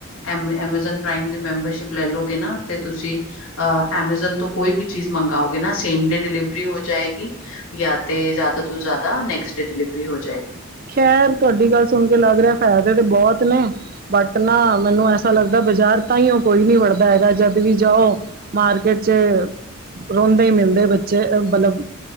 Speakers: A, on the left; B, on the right.
A: ਐਮਐਮ 'ਐਮਾਜ਼ੋਨ ਪ੍ਰਾਈਮ' ਦੀ ਮੈਂਬਰਸ਼ਿਪ ਲੈਲੋਗੇ ਨਾ ਤੇ, ਤੁਸੀਂ ਅ ਐਮਾਜੋਨ ਤੋਂ ਕੋਈ ਵੀ ਚੀਜ਼ ਮੰਗਾਓਗੇ ਨਾ ਸੇਮ ਡੇ ਡਿਲੀਵਰੀ ਹੋ ਜਾਏਗੀ, ਯਾ ਤੇ ਜ਼ਿਆਦਾ ਤੋਂ ਜ਼ਿਆਦਾ ਨੈਕਸਟ ਡੇ ਡਿਲੀਵਰੀ ਹੋ ਜਾਏਗੀ।
B: ਖੈਰ! ਤੁਹਾਡੀ ਗੱਲ ਸੁਣਕੇ ਲਗ ਰਿਹਾ ਫ਼ਾਇਦੇ ਤੇ ਬਹੁਤ ਨੇ, ਬਟ ਨਾ ਮੈਨੂੰ ਐਸਾ ਲੱਗਦਾ ਬਾਜ਼ਾਰ ਤਾਂਈਓ ਕੋਈ ਨੀ ਵੜ ਵੜਦਾ ਹੈਗਾ ਜਦ ਵੀ ਜਾਓ, ਮਾਰਕੀਟ'ਚ ਰੋਂਦੇ ਹੀ ਮਿਲਦੇ ਬੱਚੇ, ਮਤਲਬ।